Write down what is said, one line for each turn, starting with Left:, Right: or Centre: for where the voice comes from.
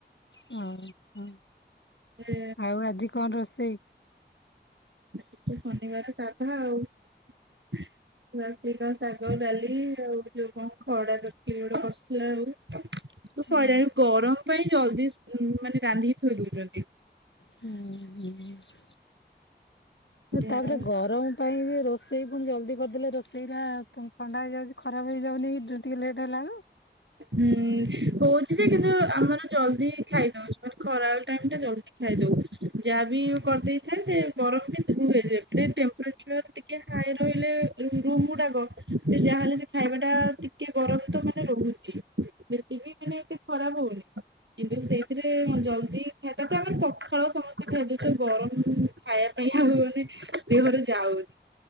Left: ହଁ ହୁଁ,
Right: ଏ
Left: ଆଉ ଆଜି କଣ ରୋଷେଇ?
Right: ଆଜି ତ ଶନିବାର ସାଧା ଆଉ, <unintelligible> ଶାଗ, ଡାଲି ଆଉ ଯୋଉ କଣ ଖଡା ତରକାରୀ ଗୋଟେ କରିଥିଲା ଆଉ। ତ
Left: ହୁଁ
Right: ସଇଲାଣି, ଗରମ ପାଇଁ ଜଲଦି ଉ ମାନେ ରାନ୍ଧିକି ଥୋଇ ଦଉଚନ୍ତି।
Left: ହୁଁ ହୁଁ,
Right: ଯାହା
Left: ତାପରେ
Right: ହଉ
Left: ଗରମ ପାଇଁ ଏ ରୋ ରୋଷେଇ ପୁଣି ଜଲ୍ଦି କରିଦେଲେ, ରୋଷେଇ ଟା ଥଣ୍ଡା ହେଇଯାଉଛି ଖରାପ ହେଇଯାଉନି ଟିକେ ଲେଟ୍ ହେଲାଏଳୁ।
Right: ହୁଁ, ହଉଚି ଯେ କିନ୍ତୁ ଆମର ଜଲଦି ଖାଇନଉଚୁ, ମାନେ ଖରା ଟାଇମ୍ ଟା ଜଲଦି ଖାଇଦଉ, ଯାହା ବି କରିଦେଇଥାଏ, ସେ ଗରଫ ବି <unintelligible> ହେଇଯାଏ, <unintelligible> ଟେମ୍ପରେଚର ଟି ଟିକେ ହାଇ ରହିଲେ ରୁମ ଗୁଡାକ, ସେ ଯାହାହେଲେ ସେ ଖାଇବା ଟା ଟିକେ ଗରମ ତ ମାନେ ରହୁଚି ବେଶୀ ବି ମାନେ ଏତେ ଖରାପ ହଉନି। କିନ୍ତୁ ସେଇଥିରେ ଜଲଦି ଖାଇ, ତା ପରେ ଆମର ପଖାଳ ସମସ୍ତେ ଖାଇଦଉଛୁ, ଗରମ ଖାଇବା ପାଇଁ ଆଉ ଏମିତି ଦେହରେ ଯାଉନି,